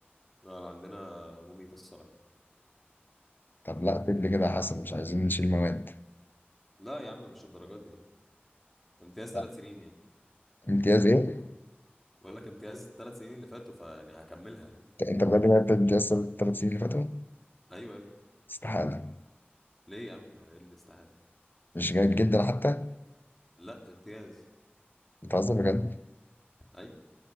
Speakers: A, in the centre; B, on the left (about 55°).
A: لا لا، عندنا مميتة الصراحة
B: طب لا طب كده يا حسن مش عايزين نشيل مواد
A: لا يا عم مش الدرجات دي يعني. امتياز ثلاث
B: لا،
A: سنين يعني
B: امتياز ايه؟
A: بقول لك امتياز الثلاث سنين اللي فاتوا فيعني هكملها يعني
B: انت أنت بجد جبت امتياز الثلاث سنين اللي فاتوا؟
A: ايوه يا ابني
B: استحاله
A: ليه يا عم ايه اللي استحاله
B: مش جيد جدا حتى
A: لا امتياز
B: بتهزر بجد
A: ايوه